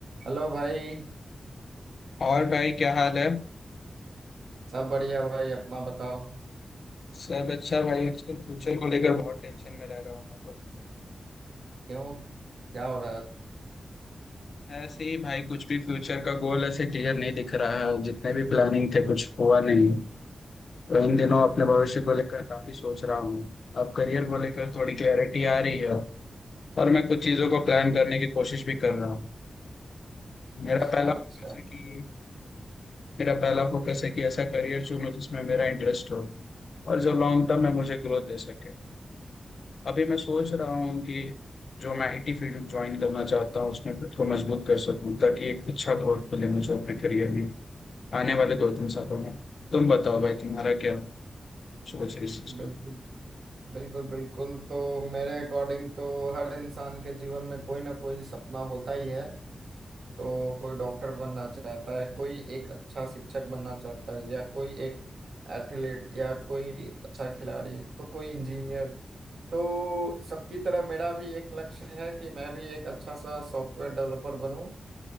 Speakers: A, on the right (about 75°); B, on the left (about 55°).
A: Hello भाई
B: और भाई क्या हाल है
A: सब बढ़िया भाई अपना बताओ
B: सब अच्छा भाई आजकल फ्यूचर को लेकर बहुत टेंशन में रह रहा हूँ मैं तो
A: क्यों क्या हो रहा है
B: ऐसे ही भाई कुछ भी फ्यूचर का गोल ऐसे क्लियर नहीं दिख रहा है जितने भी प्लानिंग थे कुछ हुआ नहीं तो इन दिनों अपने भविष्य को लेकर काफी सोच रहा हूँ अब करियर को लेकर थोड़ी क्लैरिटी आ रही है और मैं कुछ चीजों को प्लान करने की कोशिश भी कर रहा हूँ
A: अच्छा
B: मेरा पहला
A: अच्छा
B: फोकस है कि मेरा पहला फोकस है कि ऐसा करियर चुनूं जिसमें मेरा इंटरेस्ट हो और जो लॉन्ग टर्म में मुझे ग्रोथ दे सके अभी मैं सोच रहा हूँ कि जो मैं आईटी फील्ड ज्वाइन करना चाहता हूँ उसमें खुद को मजबूत कर सकूँ ताकि एक अच्छा ग्रोथ मिले मुझे अपने करियर में आने वाले दो तीन सालों में तुम बताओ भाई तुम्हारा क्या सोच है इस चीज
A: बिल्कुल
B: पर
A: बिल्कुल बिल्कुल तो मेरे अकॉर्डिंग तो हर इंसान के जीवन में कोई ना कोई सपना होता ही है तो कोई डॉक्टर बनना चाहता है कोई एक अच्छा शिक्षक बनना चाहता है या कोई एक एथलीट या कोई अच्छा खिलाड़ी तो कोई इंजीनियर तो सबकी तरह मेरा भी एक लक्ष्य है कि मैं भी एक अच्छा सा सॉफ्टवेयर डेवलपर बनूं